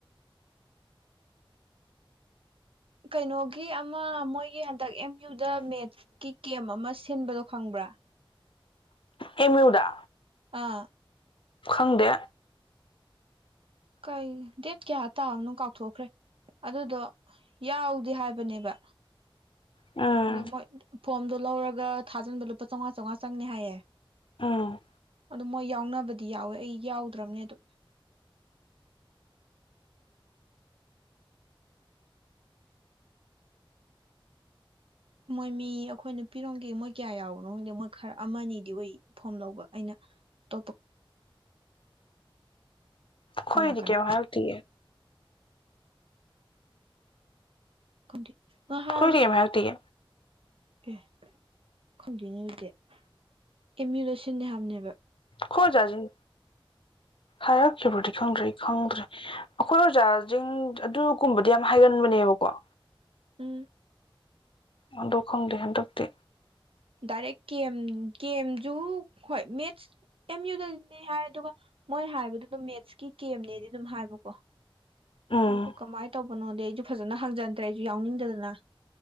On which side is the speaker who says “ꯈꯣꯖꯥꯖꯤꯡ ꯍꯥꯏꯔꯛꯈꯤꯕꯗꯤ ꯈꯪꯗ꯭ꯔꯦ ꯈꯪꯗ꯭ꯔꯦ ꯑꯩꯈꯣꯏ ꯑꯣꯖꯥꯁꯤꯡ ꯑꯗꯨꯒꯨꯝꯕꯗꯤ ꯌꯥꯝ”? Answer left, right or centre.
Left